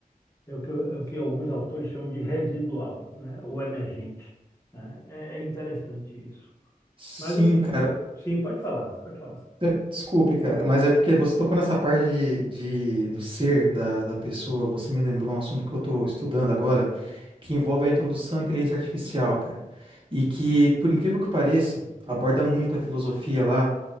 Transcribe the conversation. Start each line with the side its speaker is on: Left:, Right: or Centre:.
Left: É o que, é o que alguns autores chamam de residual, né? Ou emergente, né? É, é interessante isso.
Right: Sim,
Left: Mas eu fico...
Right: cara.
Left: Sim, pode falar, pode falar.
Right: É, Desculpe, cara, mas é porque você tocou nessa parte de, de- do ser da, da pessoa. Você me lembrou um assunto que eu estou estudando agora, que envolve a introdução à inteligência artificial, cara. E que, por incrível que pareça, aborda muito a filosofia lá,